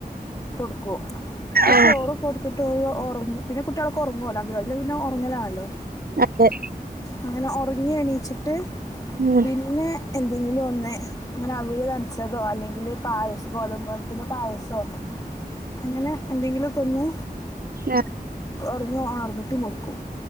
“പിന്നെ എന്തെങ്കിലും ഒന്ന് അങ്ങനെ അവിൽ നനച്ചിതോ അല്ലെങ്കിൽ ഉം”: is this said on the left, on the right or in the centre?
Left